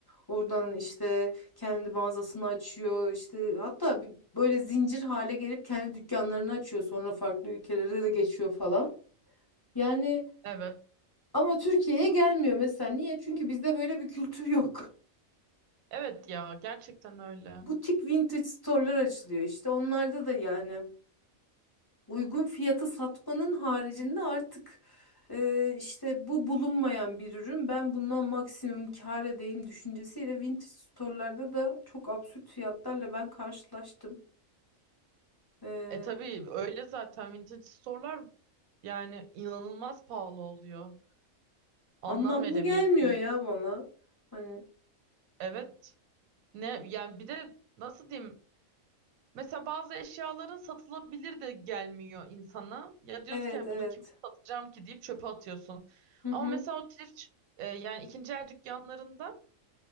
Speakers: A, on the left; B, on the right.
A: Oradan işte kendi mağazasını açıyor. İşte hatta bir- böyle zincir hale gelip kendi dükkanlarını açıyor. Sonra farklı ülkelere de geçiyor falan. Yani
B: evet.
A: ama Türkiye'ye gelmiyor mesela. Niye? Çünkü bizde böyle bir kültür yok.
B: Evet ya gerçekten öyle.
A: butik vintage store'lar açılıyor işte. Onlarda da yani uygun fiyata satmanın haricinde artık e, işte bu bulunmayan bir ürün ben bundan maksimum kâr edeyim düşüncesiyle vintage store'larda da çok absürt fiyatlarla ben karşılaştım. E,
B: E tabii öyle zaten vintage store'lar yani inanılmaz pahalı oluyor. Anlam
A: anlamlı
B: veremiyorsun.
A: gelmiyor ya bana. Hani
B: Evet. Ne yani bir de nasıl diyeyim? Mesela bazı eşyaların satılabilir de gelmiyor insana. Ya diyorsun
A: evet
B: ki "Yani
A: evet.
B: bunu kime satacağım ki deyip çöpe atıyorsun.
A: Hı hı.
B: Ama mesela o thrift e, yani ikinci el dükkanlarında